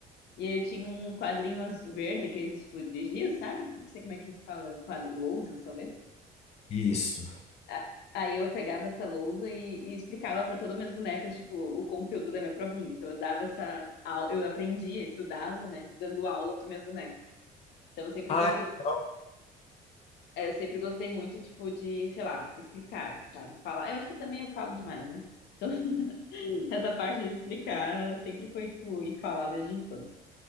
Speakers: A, on the left (about 80°); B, on the left (about 40°).
A: E aí eu tinha um quadrinho az- verde, aqueles, tipo, de giz, sabe? Não sei como é que fala, quadro, lousa, talvez.
B: Isso.
A: A- Aí eu pegava essa lousa e, e explicava para todas as minhas bonecas, tipo, o conteúdo da minha provinha. Então eu dava essa aula, eu aprendia, estudava, né, dando aula para minhas bonecas. Então eu sempre
B: Ah,
A: gostei,
B: legal.
A: é, eu sempre gostei muito, tipo, de, sei lá, explicar, sabe? Falar. Eu acho que também eu falo demais, né? <laughs> Essa parte de explicar sempre foi, tipo, e falar desde a infância.